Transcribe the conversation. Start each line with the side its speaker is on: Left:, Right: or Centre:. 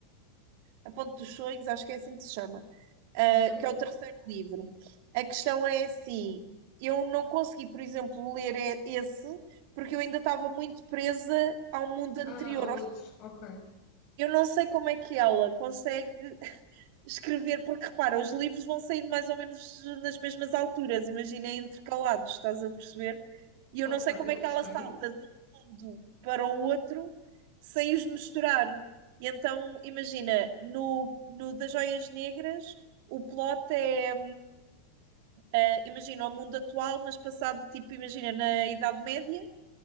Right: a Ponte dos Sonhos, acho que é assim que se chama, uh,
Left: ok.
Right: que é o terceiro livro. A questão é assim: eu não consegui, por exemplo, ler e- esse, porque eu ainda estava muito presa ao mundo anterior.
Left: Ah, ou
Right: Ou seja,
Left: outro. Ok,
Right: eu não sei como é que ela consegue escrever, porque repara, os livros vão saindo mais ou menos nas mesmas alturas, imagina intercalados, estás a perceber? E eu
Left: ok,
Right: não sei como é que
Left: estranho.
Right: ela salta de um mundo para o outro sem os misturar. E então, imagina, no, no das Joias Negras, o plot é, eh, imagina, o mundo atual, mas passado, tipo, imagina, na Idade Média,